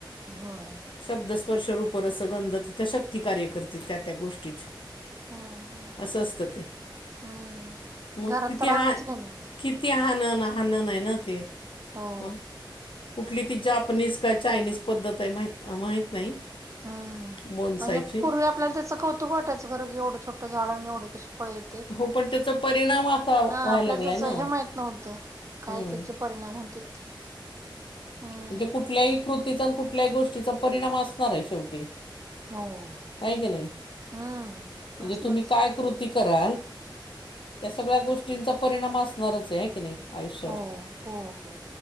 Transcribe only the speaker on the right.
होय.
हम्म हम्म
हम्म
घरात
तर
आणूच नाही मग ते
हो.
हम्म
म्हणजे पूर्वी आपल्याला त्याचं कौतुक वाटायचं खर की एवढं छोटं झाड आन एवढे कशी फळे येत तेत
हां
आपल्याला
त्याच
हे माहित नव्हतं काय
त्याची परिणाम होईन ते. हम्म
हो
हम्म
असणारच
की
हो हो हो.